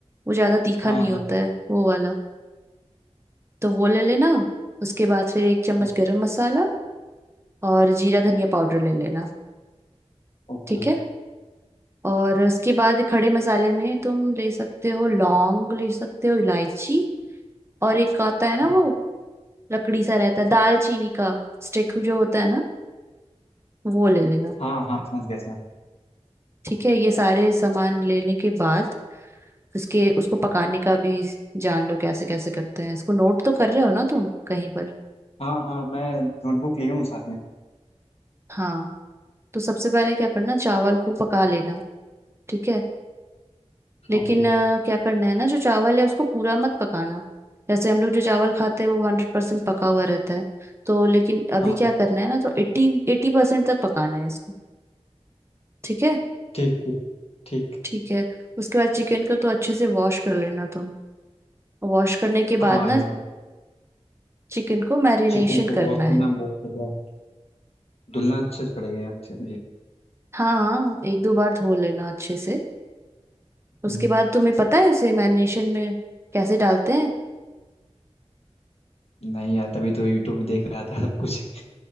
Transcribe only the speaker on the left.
हाँ
हाँ
हाँ,
ओके
हाँ
हाँ हाँ समझ गया समझ गया
हाँ हाँ मैं नोटबुक लिए हूँ साथ में
ओके
हाँ
ठीक ठीक ठीक
हाँ
यार
चिकन को
वॉश करना
बहुत ज़्यादा धुलना अच्छे से पड़ेगा यार मुझे मुझे
हम्म,
नहीं यार तभी तो यूट्यूब में देख रहा था सब कुछ